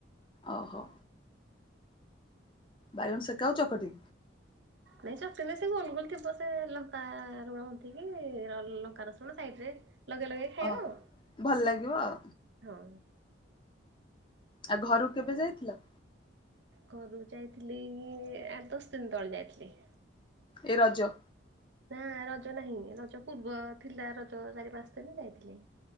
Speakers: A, on the left; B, on the right.
A: ଓ ହୋ। ବାଇଗଣ ସେକାକୁ ଚକଟି-
B: ନାଇଁ ଚକଟି ସେଇ ଗୋଲ ଗୋଲ ଥିବ ସେ ଲଙ୍କା ଲୁଣ ମନ୍ଥିକି ଲଙ୍କା ରସୁଣ ସାଇଡରେ, ଲଗେଇ ଲଗେଇ ଖାଇବା
A: ଓହୋ।
B: ଆଉ
A: ଭଲ ଲାଗିବ ଆଉ
B: ହଁ।
A: ଆଉ ଘରୁକୁ କେବେ ଯାଇଥିଲ?
B: ଘରୁ ଯାଇଥିଲି ଆଠ ଦଶ ଦିନ ତଳେ ଯାଇଥିଲି।
A: ଏ ରଜ
B: ନା ରଜ ନାହିଁ ରଜ ପୂର୍ବ ଥିଲା ରଜ ଚାରି ପାଞ୍ଚ ଦିନ ଯାଇଥିଲି।